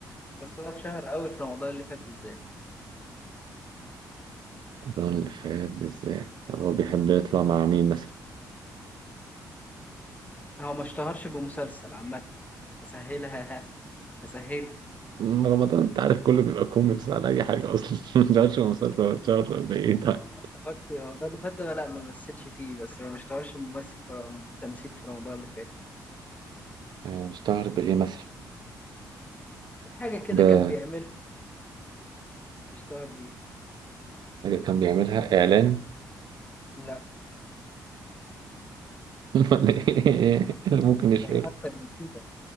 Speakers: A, on the left; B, on the right.
A: بس هو اتشهر قوي في رمضان اللي فات بالذات
B: رمضان اللي فات بالذات طب هو بيحب يطلع مع مين مثلا
A: هو ما اشتهرش بمسلسل عامة اسهلها ها اسهلها
B: أم رمضان انت عارف كله بيبقى كوميكس على اي حاجة اصلا <laughs> متعرفش هو مسلسل اتشهر بايه طيب
A: هو ما اشتهرش رمضان اللي فات ده لا ما مثلش فيه بس هو ما اشتهرش ممثل في رم- تمثيل في رمضان اللي فات
B: آه، اشتهر بايه مثلا
A: في حاجة كده
B: بحاجة
A: كان بيعملها اشتهر بيها
B: كان بيعملها اعلان
A: لا
B: <laughs> ولا ايه اللي ممكن يشهر
A: سهلها اكتر من كده